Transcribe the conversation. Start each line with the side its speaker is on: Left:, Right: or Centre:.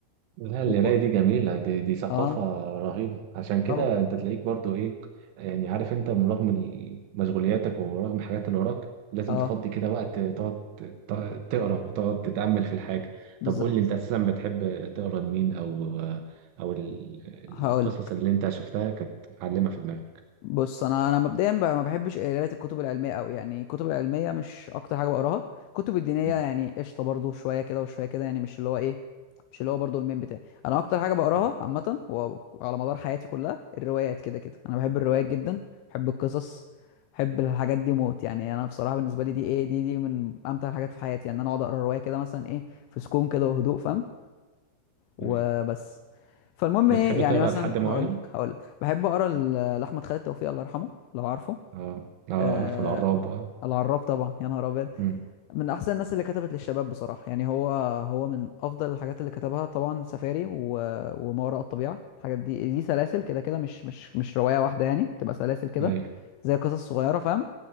Right: لا
Left: و...
Right: القراية دي جميلة دي, دي ثقافة
Left: اه
Right: رهيبة عشان كده
Left: طبعا
Right: انت تلاقيك برضو ايه يعني عارف انت رغم ال- مشغولياتك ورغم الحاجات اللي وراك لازم
Left: اه
Right: تفضي كده وقت تقعد ت- تقرا وتقعد تتأمل في الحاجة
Left: بالظبط
Right: طب قول لي انت اساسا بتحب تقرا لمين او او ال-
Left: هقول
Right: القصص اللي انت شفتها كانت معلمة في دماغك
Left: بص انا انا مبدئيا ب- ما بحبش قرايه الكتب العلميه قوي يعني الكتب العلميه مش اكتر حاجه بقراها الكتب الدينيه
Right: م-
Left: يعني قشطه برضو شويه كده وشويه كده يعني مش اللي هو ايه مش اللي هو برضو المين بتاعي انا اكتر حاجه بقراها
Right: م-
Left: عامه و- وعلى مدار حياتي كلها الروايات كده كده انا بحب الروايات جدا بحب القصص بحب الحاجات دي موت يعني انا بصراحه بالنسبه لي دي ايه دي دي من امتع الحاجات في حياتي يعني ان يعني انا اقعد اقرا روايه كده مثلا ايه في سكون كده وهدوء فاهم وبس
Right: أيوة.
Left: فالمهم
Right: بتحب
Left: ايه يعني
Right: تقرا
Left: مثلا
Right: لحد معين؟
Left: هقول لك هقول لك بحب اقرا ل-
Right: م.
Left: لاحمد خالد توفيق الله يرحمه لو عارفه
Right: اه اه
Left: آه
Right: عارف العراب اه
Left: العراب طبعا يا نهار ابيض
Right: م.
Left: من احسن الناس اللي كتبت للشباب بصراحه يعني هو هو من افضل الحاجات اللي كتبها طبعا سفاري و... وما وراء الطبيعه الحاجات دي دي سلاسل كده كده مش مش مش روايه واحده يعني بتبقى سلاسل كده
Right: ايوه
Left: زي قصص صغيره فاهم